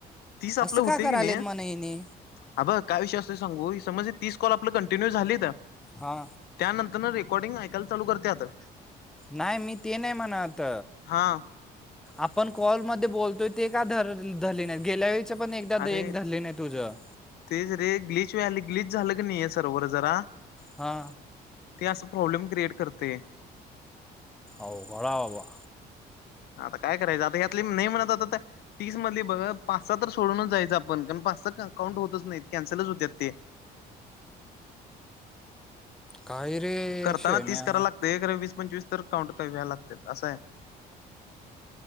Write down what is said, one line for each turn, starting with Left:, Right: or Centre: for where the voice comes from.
Left: तीस
Centre: असं
Left: आपलं
Centre: का
Left: होतय
Centre: करायलेत
Left: की नाही
Centre: म्हणा हिने
Left: अ बघ काय विषय असतोय सांगू समज तीस कॉल आपलं कंटिन्यू झालीत
Centre: हा.
Left: त्यानंतर रेकॉर्डिंग ऐकायल चालू करत्यात.
Centre: नाही मी ते नाही म्हणत
Left: हा.
Centre: आपण कॉलमध्ये बोलतोय ते का धर धले नाही. गेल्या वेळच पण एकदा
Left: अरे
Centre: एक धरली नाही तुझं.
Left: तेच रे गिल्च व्हायलय गिल्च झालं क नाहीय सर्वर जरा
Centre: हा.
Left: ते असं प्रॉब्लेम क्रिएट करतय.
Centre: अवघडय आबा
Left: आता काय करायचं आता यातली नाही म्हणत होता त्या तीस मधली बघ पाच सहा तर सोडूनच जायचं आपण कारण पाच सहा अकाउंट होतच नाहीत कॅन्सलच होत्यात ते.
Centre: काय रे
Left: करताना
Centre: शेण्या
Left: तीस कराय लागतंय हे वीस पंचवीस तर काउंट व्हाय लागत असं आहे.